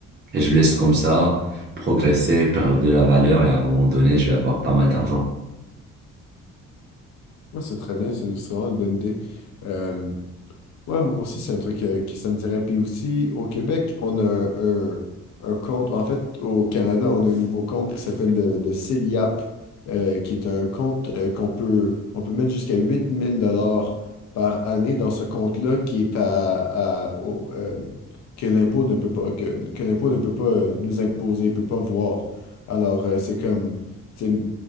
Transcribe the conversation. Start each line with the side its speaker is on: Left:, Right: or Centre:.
Right: et je laisse comme ça progresser, perdre de la valeur et à un moment donné, je vais avoir pas mal d'argent.
Left: Moi, c'est très bien, c'est c'est vraiment une bonne idée. Euh, Ouais, moi aussi, c'est un truc euh, qui ça me dirait. Puis aussi, au Québec, on a un, un- compte. En fait, au Canada, on a un nouveau compte qui s'appelle le, le CELIAP, euh, qui est un compte euh, qu'on peut, on peut mettre jusqu'à 8000 dollars par année dans ce compte-là qui est à, à- au- euh, que l'impôt ne peut pas, que, que l'impôt ne peut pas euh, nous imposer, peut pas voir. Alors, euh, c'est comme, tu sais,